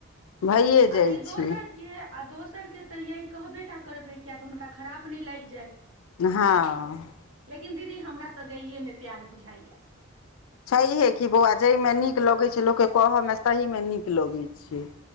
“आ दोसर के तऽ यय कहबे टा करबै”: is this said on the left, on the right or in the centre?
Right